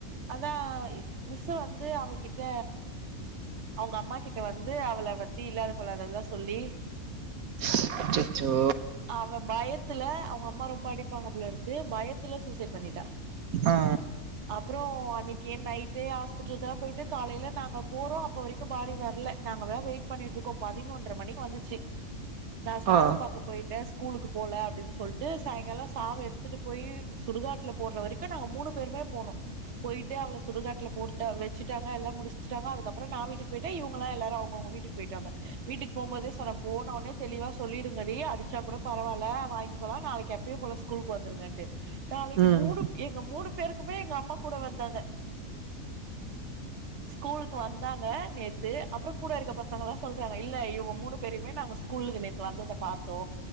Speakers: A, on the right; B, on the right.
A: அதா மிஸ்ஸு வந்து அவகிட்ட அவங்க அம்மா கிட்ட வந்து அவள பத்தி இல்லாத பொல்லாததுல்லா சொல்லி
B: ஸ் அச்சச்சோ
A: அவ பயத்துல அவங்க அம்மா ரொம்ப அடிப்பாங்க போலருக் கு பயத்துல சூசைட் பண்ணிட்டா
B: ஆ
A: அப்றோ அன்னைக்கு நைட்டே ஹாஸ்பிட்டலுக போயிட்டு காலையில நாங்க போறோ அப்ப வரைக் பாடி வரல நாங்களா வெயிட் பண்ணிட்டு இருக்கோ பதினொன்ற மணிக்கு வந்துச்சு நா சாவு
B: ஆ
A: க்கு போயிட்டே ஸ்கூலுக்கு போல அப்டின்னு சொல்லிட்டு சாயங்காலோ சாவு எடுத்துட்டு போய் சுடுகாட்டல போட்ற வரைக் க்கு நாங்க மூணு பேருமே போனோ போயிட்டு அவள சுடுகாட்டுல போட்டு வெச்சுட்டாங்க எல்லா முடிச்சுட்டாங்க அதுக்கப்றோ நா வீட்டுக்கு போயிட் டே இவங்களா எல்லாரு அவங்கவுங்க வீட்டுக்கு போயிட்டாங்க வீட்டுக்கு போம் போதே சொன்ன போன ஒடனே தெளிவா சொல்லிடு ங்கடி அடிச்சா கூட பரவாயில்ல வாங்கிக்கோலா நாளைக்கு அப்பயே போல ஸ்கூலுக்கு வந்துருங்கன்ட்டு நாளைக்கு
B: ம்
A: மூணு எங்க மூணு பேருக்குமே எங்க அம்மா கூட வந்தாங்க ஸ்கூலுக்கு வந்தாங்க நேத்து அப்றோ கூட இருக்க பசங்களல்லா சொல்றாங்க இல்ல இவங்க மூணு பேரையுமே நாங்க ஸ்கூலுக்கு நேத்து வந்தத பாத்தோ